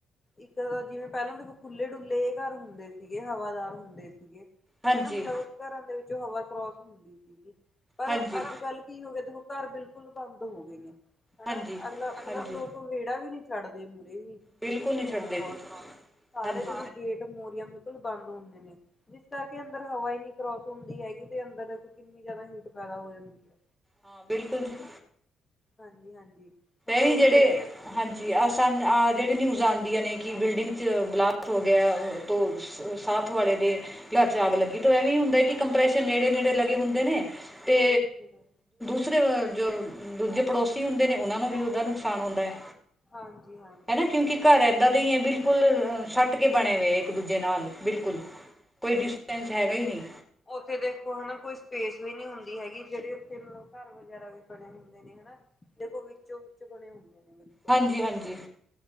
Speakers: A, on the left; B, in the centre.
A: ਇਕ ਤਾਂ ਜਿਵੇਂ ਪਹਿਲਾਂ ਦੇਖੋ ਖੁੱਲ੍ਹੇ ਡੁੱਲੇ ਇਹ ਘਰ ਹੁੰਦੇ ਸੀਗੇ ਹਵਾਦਾਰ ਹੁੰਦੇ ਸੀਗੇ।
B: ਹਾਂਜੀ
A: ਹਨਾ ਮਤਲਬ ਘਰਾਂ ਦੇ ਵਿੱਚੋ ਹਵਾ ਕਰੋਸ ਹੁੰਦੀ ਸੀਗੀ ਪਰ
B: ਹਾਂਜੀ
A: ਅਜ ਕਲ ਕੀ ਹੋ ਗਿਆ ਦੇਖੋ ਘਰ ਬਿਲਕੁਲ ਬੰਦ ਹੋ ਗਏ ਨੇ ਹਨਾ
B: ਹਾਂਜੀ
A: ਅਗਲਾ ਮਤਲਬ
B: ਹਾਂਜੀ
A: ਲੋਕ ਵਿਹੜਾ ਵੀ ਨੀ ਛੱਡਦੇ ਮੁਰੇ ਵੀ
B: ਬਿਲਕੁਲ
A: ਜਿਹਦੇ ਵਿਚ
B: ਨਹੀਂ ਛੱਡਦੇ
A: ਹਵਾ ਕਰੋਸ
B: ਜੀ
A: ਹੁੰਦੀ ਸਾਰੇ
B: ਹਾਂਜੀ
A: ਦੇਖੋ ਗੇਟ ਮੋਰੀਆਂ ਬਿਲਕੁਲ ਬੰਦ ਹੁੰਦੇ ਨੇ ਜਿਸ ਕਰਕੇ ਅੰਦਰ ਹਵਾ ਹੀ ਨਹੀਂ ਕਰੋਸ ਹੁੰਦੀ ਹੈਗੀ ਤੇ ਅੰਦਰ ਕਿਨੀ ਜਿਆਦਾ ਹੀਟ ਪੈਦਾ ਹੋ ਜਾਂਦੀ ਹੈ।
B: ਹਾਂ ਬਿਲਕੁਲ ਜੀ।
A: ਹਾਂਜੀ- ਹਾਂਜੀ ਮਤਲਬ
B: ਵੀ
A: ਇਹੀ
B: ਜਿਹੜੇ
A: ਹੈ
B: ਹਾਂਜੀ ਆਹ ਸਾਨ ਆਹ ਜਿਹੜੇ ਨਿਊਜ਼ ਆਣ ਨੇ ਕਿ ਬਿਲਡਿੰਗ 'ਚ ਬਲਾਸਟ ਹੋ ਗਿਆ ਤੋਂ ਸਾਥ ਵਾਲੇ ਦੇ ਘਰ 'ਚ ਆਗ ਲੱਗੀ
A: ਹਾਂਜੀ
B: ਤੇ ਐਵੇਂ ਹੁੰਦਾ ਕਿ ਕੰਪ੍ਰੈਸ਼ਰ ਨੇੜੇ-ਨੇੜੇ ਲੱਗੇ ਹੁੰਦੇ ਨੇ ਤੇ
A: ਬਿਲਕੁਲ
B: ਦੂਸਰੇ ਜੋ ਦੂਜੇ ਪੜੋਸੀ ਹੁੰਦੇ ਨੇ ਉਹਨਾ ਨੂੰ ਵੀ ਉਹਦਾ ਨੁਕਸਾਨ ਹੁੰਦਾ ਹੈ।
A: ਹਾਂਜੀ -ਹਾਂਜੀ
B: ਹਨਾ
A: ਇਹ
B: ਕਿਉਂਕਿ
A: ਤਾਂ ਗੱਲ
B: ਘਰ
A: ਤੁਹਾਡੀ
B: ਏਦਾਂ ਦੇ ਹੀ ਹੈ ਬਿਲਕੁਲ ਸੱਟ ਕੇ ਬਣੇ ਵਏ ਇੱਕ ਦੂਜੇ ਨਾਲ ਬਿਲਕੁਲ ਕੋਈ ਡਿਸਟੈਂਸ ਹੈਗਾ ਹੀ ਨਹੀਂ।
A: ਉਥੇ ਦੇਖੋ ਹਨਾ ਕੋਈ ਸਪੇਸ ਵੀ ਨੀ ਹੁੰਦੀ ਹੈਗੀ ਜਿਹੜੀ ਉੱਥੇ ਮਤਲਬ ਘਰ ਵਗੈਰਾ ਵੀ ਬੜੇ ਹੁੰਦੇ। ਨੇ ਹਨਾ ਦੇਖੋ ਵਿਚੋਂ ਵਿਚ ਬਣੇ ਹੁੰਦੇ ਨੇ।
B: ਹਾਂਜੀ-ਹਾਂਜੀ